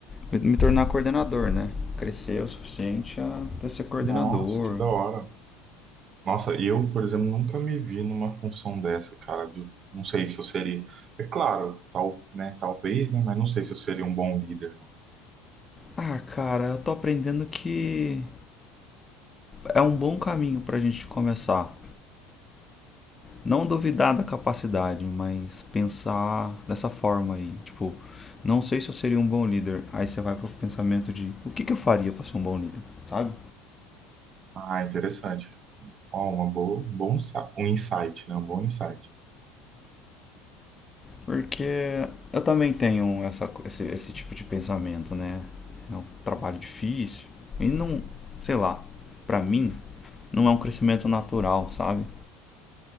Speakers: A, on the left; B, on the right.
A: me me tornar coordenador, né? Crescer o suficiente a a ser coordenador.
B: Nossa, que da hora. Nossa, e eu, por exemplo, nunca me vi numa função dessa, cara. de- Não sei se eu seria. É claro, tal, né? Talvez, né? Mas não sei se eu seria um bom líder, não.
A: Ah, cara, eu tô aprendendo que é um bom caminho para a gente começar. Não duvidar da capacidade, mas pensar dessa forma aí. Tipo, não sei se eu seria um bom líder. Aí você vai pro pensamento de o que, que eu faria para ser um bom líder, sabe?
B: Ah, interessante. Ó, uma boa, bom, insa- um insight, né? Um bom insight.
A: Porque eu também tenho essa, esse, esse tipo de pensamento, né? É um trabalho difícil. E não, sei lá, para mim, não é um crescimento natural, sabe?